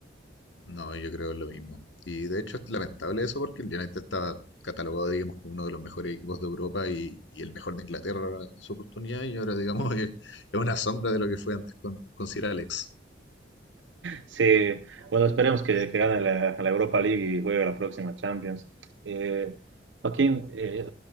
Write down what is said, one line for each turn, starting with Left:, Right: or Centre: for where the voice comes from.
Left: No, yo creo lo mismo. Y de hecho es lamentable eso porque el United está catalogado, digamos, como uno de los mejores equipos de Europa y, y el mejor de Inglaterra en su oportunidad y ahora, digamos, <laughs> es, es una sombra de lo que fue antes con, con Sir Alex.
Right: Sí, bueno, esperemos que,
Left: Sí,
Right: que gane la, la Europa League y juegue la próxima Champions. Eh, Joaquín, eh,